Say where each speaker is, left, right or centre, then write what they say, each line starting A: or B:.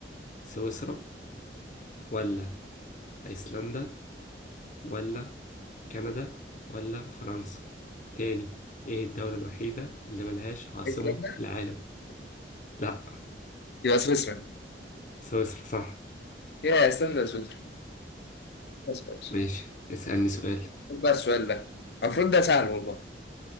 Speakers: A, on the left; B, on the left.
A: سويسرا ولا أيسلندا ولا كندا ولا فرنسا تاني ايه الدولة الوحيدة اللي ملهاش عاصمة
B: ايسلندا
A: في العالم لا
B: يبقى سويسرا
A: سويسرا صح
B: يا ايسلندا سويسرا بس بس
A: ماشي اسألني سؤال
B: خد بقى السؤال ده المفروض ده سهل والله